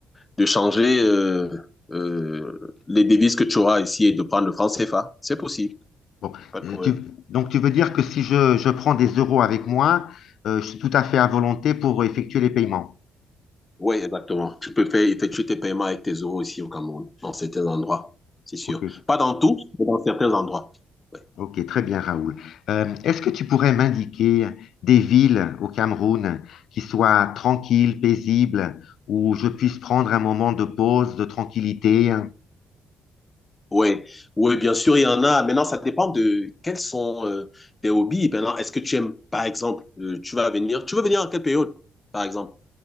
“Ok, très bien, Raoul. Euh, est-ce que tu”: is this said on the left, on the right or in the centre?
Left